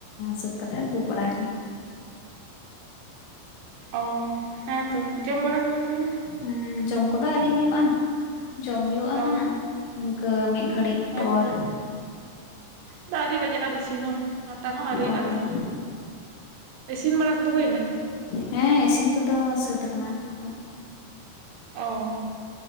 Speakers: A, on the left; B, on the right.
A: ᱥᱟᱹᱛ ᱠᱟᱛᱮᱜ ᱫᱩᱜ ᱵᱟᱲᱟ
B: ᱚᱻ ᱦᱮᱸ ᱛᱚ, ᱡᱚᱢ ᱵᱟᱲᱟ ᱠᱟᱫᱟ ᱛᱟᱦᱚᱞᱮ?
A: ᱦᱮᱸ ᱡᱚᱢ ᱠᱚᱫᱚ ᱟᱹᱣᱨᱤ ᱦᱩᱭᱩᱜ-ᱟ, ᱡᱚᱢ ᱦᱩᱭᱩᱜ-ᱟ
B: ᱚ
A: ᱦᱟᱸᱜ ᱤᱱᱠᱟᱹ ᱢᱤᱫ ᱜᱷᱟᱹᱲᱤᱡ
B: ᱦᱮᱸᱛᱚ
A: ᱯᱚᱨ
B: ᱫᱟᱨᱮ ᱵᱟᱡᱟᱜ ᱟ ᱵᱤᱥᱤ ᱦᱚᱸ᱾ ᱱᱚᱴᱟ ᱦᱚᱸ ᱟᱹᱣᱨᱤᱜᱼᱟ
A: ᱦᱳᱭ
B: ᱛᱚ ᱤᱥᱤᱱ ᱵᱟᱲᱟ ᱠᱚᱫᱚ ᱦᱩᱭᱱᱟ
A: ᱦᱮᱸ ᱤᱥᱤᱱ ᱠᱚᱫᱚ ᱥᱟᱹᱛ ᱠᱟᱱᱟ ᱟᱫᱚ
B: ᱚᱻ